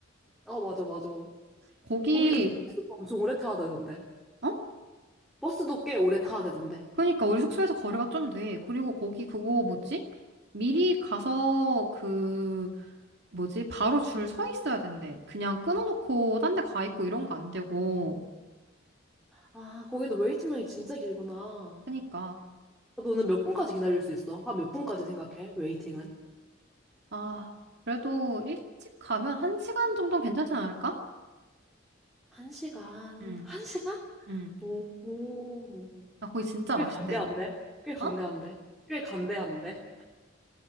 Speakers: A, in the centre; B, on the right.
A: 아, 맞아, 맞아.
B: 거기
A: 거기 근데 버스가 엄청 오래 타야 되던데.
B: 어?
A: 버스도 꽤 오래 타야 되던데.
B: 그러니까 우리 숙소에서 거리가 좀 돼. 그리고 거기 그거 뭐지? 미리 가서 그 뭐지? 바로 줄 서 있어야 된대. 그냥 끊어놓고 딴 데 가 있고 이런 거 안 되고.
A: 아, 거기도 웨이팅 라인이 진짜 길구나.
B: 그러니까.
A: 너는 몇 분까지 기다릴 수 있어? 한 몇 분까지 생각해? 웨이팅은?
B: 아, 그래도 일찍 가면 한 시간 정도는 괜찮지 않을까?
A: 한 시간.
B: 응,
A: 한 시간?
B: 응.
A: 오.
B: 아, 거기 진짜
A: 꽤
B: 맛있대.
A: 간대한데? 꽤 간대한데?
B: 어?
A: 꽤 간대한데?